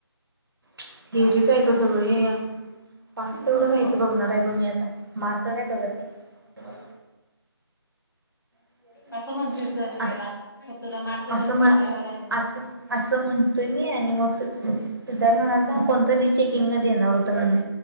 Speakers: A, on the right (about 55°); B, on the left (about 50°).
A: <unintelligible> आहे का सगळे पास तेवढं व्हायचं बघणार आहे बघ मी आता मार्क काय बघत नाही, <unintelligible> <unintelligible>
B: असं म्हणतीस दरवेळेला
A: अस
B: मग तुला मार्क कमी
A: असं
B: पडल्यावर
A: म
B: आणि
A: अस असं म्हणतोय. मी आणि सिद्धार्थ म्हणल्यालता कोण तर रिचेकिंगला देणार होत म्हणून